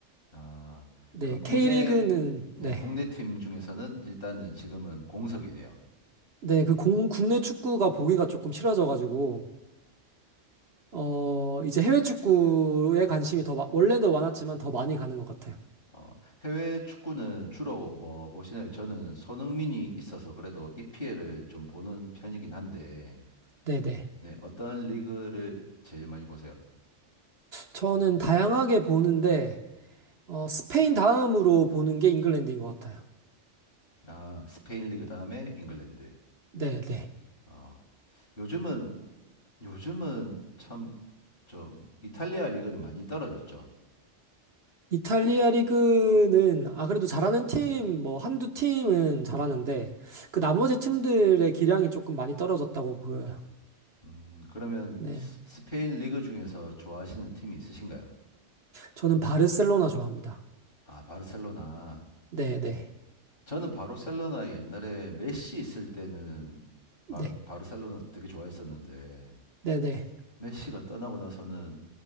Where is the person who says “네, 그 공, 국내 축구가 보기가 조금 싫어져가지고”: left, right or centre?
Right